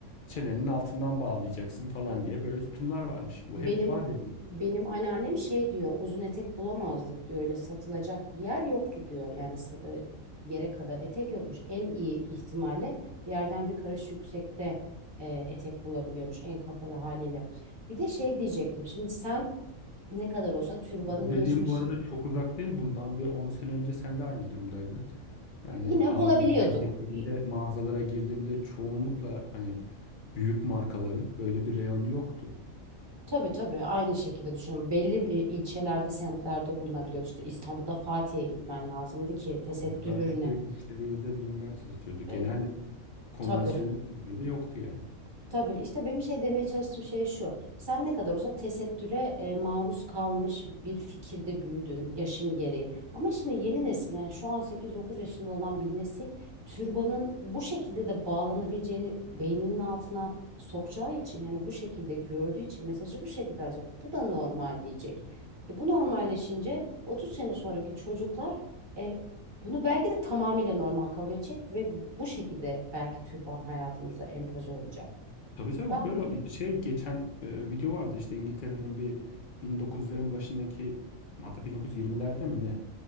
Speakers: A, on the left; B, on the right.
A: Çenenin altından bağlayacaksın falan diye böyle tutumlar varmış.
B: Benim
A: Bu hep var ya.
B: benim anneannem şey diyor uzun etek bulamazdık diyor öyle satılacak bir yer yoktu diyor yani s- e, yere kadar etek yokmuş en iyi ihtimalle yerden bir karış yüksekte e, etek bulabiliyormuş en kapalı haliyle bir de şey diyecektim şimdi sen ne kadar olsa türbanın
A: Bu dediğim
B: geçmiş
A: bu arada çok uzak değil. Bundan bir 10 sene önce sen de aynı durumdaydın. Yani
B: yine
A: AVM'ye
B: bulabiliyorduk
A: girdiğinde,
B: İ-
A: mağazalara girdiğinde çoğunlukla hani büyük markaların böyle bir reyonu yoktu.
B: tabii tabii aynı şekilde düşünüyorum belli e, ilçelerde semtlerde bulunabiliyordu işte İstanbul'da Fatih'e gitmen lazımdı ki tesettür
A: Ama o da zaten
B: ürüne
A: direkt müşteriye özel ürünler satıyordu. Genel
B: E,
A: konvansiyonel
B: tabii
A: ürünlerde yoktu yani.
B: Tabii işte benim şey demeye çalıştığım şey şu. Sen ne kadar olsa tesettüre e, maruz kalmış bir fikirde büyüdün yaşın gereği. Ama şimdi yeni nesil yani şu an sekiz, dokuz yaşında olan bir nesil türbanın bu şekilde de bağlanabileceğini beyninin altına sokacağı için yani bu şekilde gördüğü için mesajı bu şekilde alacak. Bu da normal diyecek. E, bu normalleşince 30 sene sonraki çocuklar e, bunu belki de tamamıyla normal kabul edecek ve bu şekilde belki türban hayatımıza empoze olacak.
A: Tabii tabii
B: Ben
A: böyle şey geçen e, video vardı işte İngiltere'nin bir 1900'lerin başındaki hatta 1920'lerde mi ne